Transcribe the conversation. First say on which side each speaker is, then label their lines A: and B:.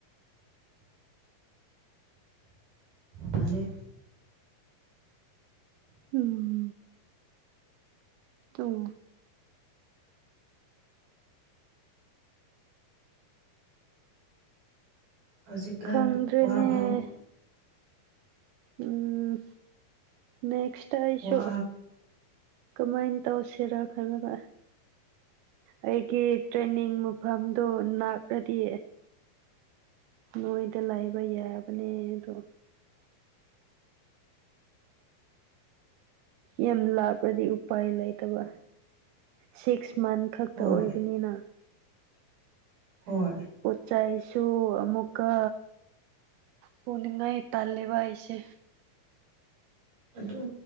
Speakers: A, on the right; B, on the right.
A: ꯐꯅꯤ
B: ꯎꯝ ꯎꯝ
A: ꯍꯧꯖꯤꯛꯀꯥꯟ
B: ꯈꯪꯗ꯭ꯔꯦꯅꯦ
A: ꯋꯥꯐꯥꯎ
B: ꯎꯝ ꯅꯦꯛꯁꯇ ꯑꯩꯁꯨ
A: ꯋꯥ
B: ꯀꯃꯥꯏꯅ ꯇꯧꯁꯤꯔꯥ ꯈꯜꯕ ꯑꯩꯒꯤ ꯇ꯭ꯔꯦꯟꯅꯤꯡ ꯃꯨꯐꯝꯗꯨ ꯅꯛꯂꯗꯤ ꯅꯣꯏꯗ ꯂꯥꯏꯕ ꯌꯥꯕꯅꯦ ꯑꯗꯣ ꯌꯥꯝ ꯂꯥꯞꯄ꯭ꯔꯗꯤ ꯎꯄꯥꯏ ꯂꯩꯇꯕ ꯁꯤꯛꯁ ꯃꯟ ꯈꯛꯇ
A: ꯍꯣꯏ
B: ꯑꯣꯏꯕꯅꯤꯅ
A: ꯍꯣꯏ
B: ꯄꯣꯠ ꯆꯩꯁꯨ ꯑꯃꯨꯛꯀ ꯄꯨꯅꯤꯡꯉ ꯏ ꯇꯜꯦꯕꯁꯦ
A: ꯑꯗꯨ